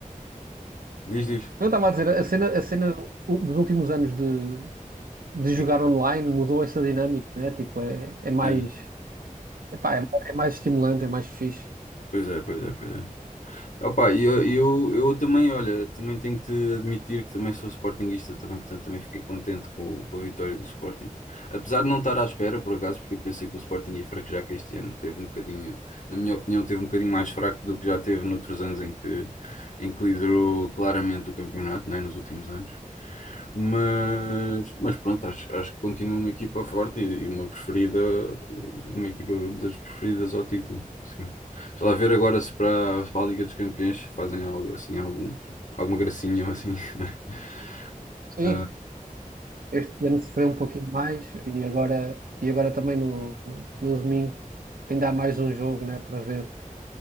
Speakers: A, on the left; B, on the right.
A: diz, diz.
B: Eu estava a dizer, a cena, a cena dos últimos anos de, de
A: Sim.
B: jogar online mudou essa dinâmica, né? Tipo, é, é mais.
A: É,
B: Epá, é, é mais estimulante, é mais fixe.
A: pois é, pois é, pois é. Opa, e eu, e eu, eu também, olha, também tenho que te admitir que também sou sportinguista também, portanto também fiquei contente com, com a vitória do Sporting. Apesar de não estar à espera, por acaso, porque eu pensei que o Sporting ia fraquejar que este ano teve um bocadinho, na minha opinião, teve um bocadinho mais fraco do que já teve noutros anos em que, em que liderou claramente o campeonato, não é? Nos últimos anos. Mas, mas pronto, acho, acho que continua uma equipa forte e, e uma preferida, uma equipa das preferidas ao título, sim. Sei lá, ver agora se para, se para a Liga dos Campeões fazem algo assim, algum, alguma gracinha ou assim, <laughs>
B: Sim,
A: né? Ah,
B: Este ano sofreu um pouquinho mais e agora, e agora também no, no domingo ainda há mais um jogo, né, para ver,